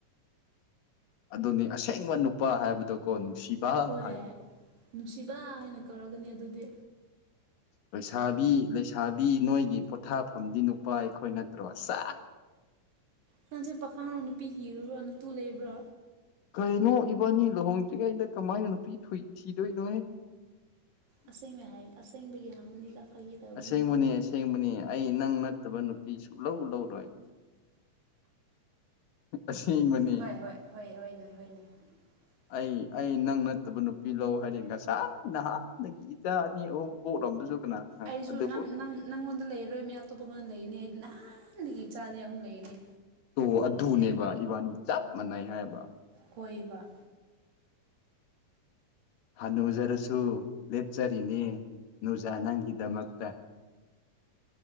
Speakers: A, on the left; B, on the right.
A: ꯑꯗꯨꯅꯤ ꯑꯁꯦꯡꯕ ꯅꯨꯄꯥ ꯍꯥꯏꯕꯗꯣꯀꯣ ꯅꯨꯡꯁꯤꯕ
B: ꯍꯣꯏ
A: ꯍꯥꯏꯕꯗꯣ
B: ꯅꯨꯡꯁꯤꯕ ꯍꯥꯏꯅ ꯀꯧꯔꯒꯅꯤ ꯑꯗꯨꯗꯤ
A: ꯂꯩꯁꯥꯕꯤ ꯂꯩꯁꯥꯕꯤ ꯅꯣꯏꯒꯤ ꯄꯣꯊꯥꯐꯝꯗꯤ ꯅꯨꯄꯥ ꯑꯩꯈꯣꯏ ꯅꯠꯇ꯭ꯔꯣ ꯁꯁ
B: ꯅꯪꯁꯦ ꯄꯥꯈꯪꯔ ꯅꯨꯄꯤ ꯊꯤꯈ꯭ꯔꯕ꯭ꯔꯥ ꯅꯇꯨ ꯂꯩꯕ꯭ꯔꯥ
A: ꯀꯩꯅꯣ ꯏꯕꯥꯅꯤ ꯂꯨꯍꯣꯡꯗ꯭ꯔꯤꯉꯩꯗ ꯀꯃꯥꯏꯅ ꯅꯨꯄꯤ ꯊꯨꯏ ꯊꯤꯗꯣꯏꯅꯣꯍꯦ
B: ꯑꯁꯦꯡꯕ ꯍꯥꯏ ꯑꯁꯦꯡꯕꯒꯤ ꯍꯪꯕꯅꯤꯗ ꯐꯥꯒꯤ ꯇꯧꯕꯅꯤꯅ
A: ꯑꯁꯦꯡꯕꯅꯤ ꯑꯁꯦꯡꯕꯅꯤ ꯑꯩ ꯅꯪ ꯅꯠꯇꯕ ꯅꯨꯄꯤ ꯁꯨꯛꯂꯧ ꯂꯧꯔꯣꯏ ꯑꯁꯦꯡꯕꯅꯦ
B: ꯍꯣꯏ ꯍꯣꯏ ꯍꯣꯏ ꯍꯣꯏꯅꯦ <inaudible>
A: ꯑꯩ ꯑꯩ ꯅꯪ ꯅꯠꯇꯕ ꯅꯨꯄꯤ ꯂꯧ ꯍꯥꯏꯔꯦ ꯉꯁꯥꯏ ꯅꯍꯥꯟꯗꯒꯤ ꯏꯆꯥ ꯑꯅꯤ ꯑꯍꯨꯝ ꯄꯣꯛꯔꯝꯕꯁꯨ ꯀꯅꯥ ꯈꯪ
B: ꯑꯩꯁꯨ
A: ꯑꯗꯨꯕꯨ
B: ꯅꯪ ꯅꯪ ꯅꯪꯉꯣꯟꯗ ꯂꯩꯔꯔꯣꯏ ꯃꯤ ꯑꯇꯣꯞꯄꯉꯣꯟꯗ ꯂꯩꯔꯅꯤ ꯍꯥꯏꯗꯤ ꯅꯍꯥꯟꯗꯒꯤ ꯏꯆꯥ ꯑꯅꯤ ꯑꯍꯨꯝ ꯂꯩꯔꯅꯤ
A: ꯇꯣ ꯑꯗꯨꯅꯦꯕ ꯏꯕꯥꯅꯤ ꯆꯞ ꯃꯥꯟꯅꯩ ꯍꯥꯏꯕ
B: ꯍꯣꯏꯕ
A: ꯍꯅꯨꯖꯔꯁꯨ ꯂꯦꯠꯆꯔꯤꯅꯦ ꯅꯨꯨꯖꯥ ꯅꯪꯒꯤꯗꯃꯛꯇ